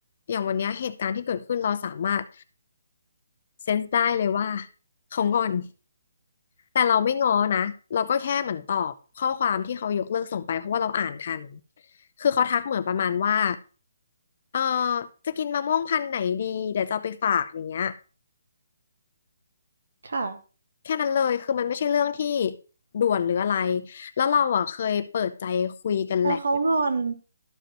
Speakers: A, on the left (about 35°); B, on the right (about 70°).
A: อย่างวันเนี้ยเหตุการณ์ที่เกิดขึ้นเราสามารถ เซนส์ได้เลยว่าเขางอนแต่เราไม่ง้อนะ เราก็แค่เหมือนตอบข้อความที่เขายกเลิกส่งไปเพราะว่าเราอ่านทัน คือเขาทักเหมือนประมาณว่าเออจะกินมะม่วงพันธุ์ไหนดีเดี๋ยวจะเอาไปฝากอย่างเงี้ย
B: ค่ะ
A: แค่นั้นเลยคือมันไม่ใช่เรื่องที่ด่วนหรืออะไร แล้วเราอ่ะเคยเปิดใจคุยกันแหละ
B: แล้วเขางอน